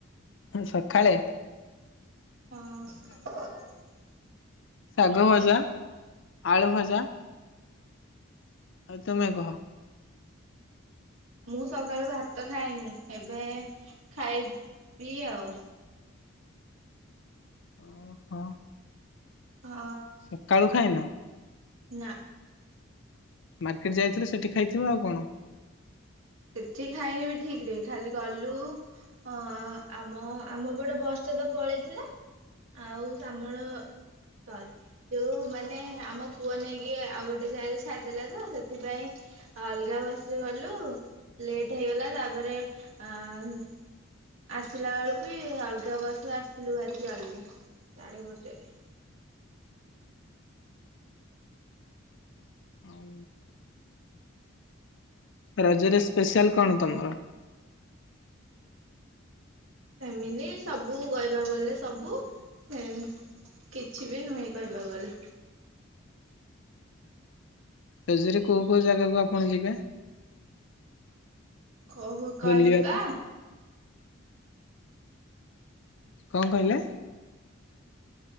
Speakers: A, on the left (about 60°); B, on the right (about 80°).
A: ହୁଁ ସଖାଳେ
B: ହଁ।
A: ଶାଗ ଭଜା, ଆଳୁ ଭଜା। ଆଉ ତମେ କହ।
B: ମୁଁ ସକାଳୁ ଭାତ ଖାଇନି ଏବେ ଖାଇ ବି ଆଉ।
A: ଓ ହୋ।
B: ଅ
A: ସକାଳୁ ଖାଇନ।
B: ନା।
A: ମାର୍କେଟ୍ ଯାଇଥିଲ ସେଠି ଖାଇଥିବ ଆଉ କଣ।
B: ସେଠି ଖାଇନି ବି ଠିକ୍ ରେ ଖାଲି ଗଲୁ ଅ ଆମ ଆମ ପଟ ବସ୍ ଟା ତ ପଳେଇଥିଲା। ଆଉ ଶାମଳ ସରି ଯୋଉ ମାନେ ଆମ ପୁଅ ନେଇକି ଆଉ ଗୋଟେ ଜାଗାରେ ଛାଡିଦେଲା ତ ସେଥିପାଇଁ ଅଲଗା ବସ୍ ରେ ଗଲୁ ଲେଟ୍ ହେଇଗଲା ତାପରେ ଅଂ ଆସିଲା ବେଳକୁ ବି ଅଲଗା ବସ୍ ରେ ଆସିଲୁ ଭାରି ଜଲ୍ଦି। ସାଢେ ଗୋଟେରେ।
A: ଆଉ ରଜରେ ସ୍ପେଶିଆଲ କଣ ତମର?
B: ସେମିତି ସବୁ କହିବାକୁ ଗଲେ ସବୁ ଏଂ କିଛି ବି ନୁହେଁ କହିବାକୁ ଗଲେ।
A: ରଜରେ କୋଉ କୋଉ ଜାଗାକୁ ଆପଣ ଯିବେ?
B: କୋହୁ କ‌ହିଲିପା।
A: ବୁଲିବାକୁ? କଣ କହିଲେ?